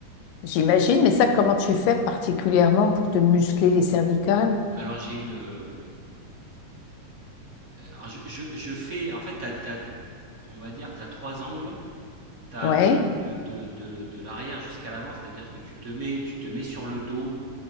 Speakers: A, on the left; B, on the right.
A: J'imagine, mais ça, comment tu fais particulièrement pour te muscler les cervicales?
B: Alors j'ai une, alors je je je fais en fait tu as on va dire, tu as 3 angles t'as
A: Ouais,
B: de, de, de, de l'arrière jusqu'à l'avant, c'est-à-dire que tu te mets, tu te mets sur le dos,